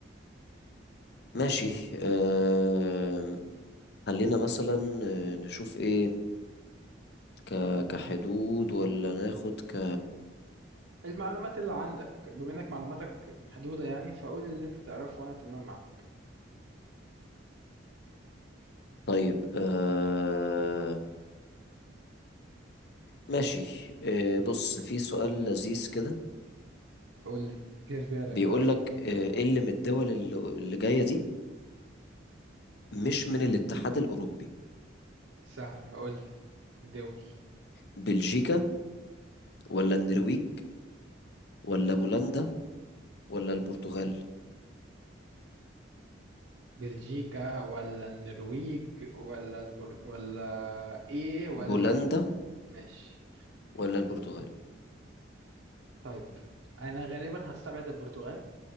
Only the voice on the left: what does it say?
ماشي آم، خلينا مثلا آه، نشوف ايه ك... كحدود ولا ناخد ك
طيب آه... ماشي آه بص في سؤال لذيذ كده
بيقول
لك آه ايه اللي من الدول اللي, اللي جاية دي مش
من الاتحاد الأوروبي
بلجيكا ولا النرويج ولا بولندا ولا البرتغال
بولندا
ولا البرتغال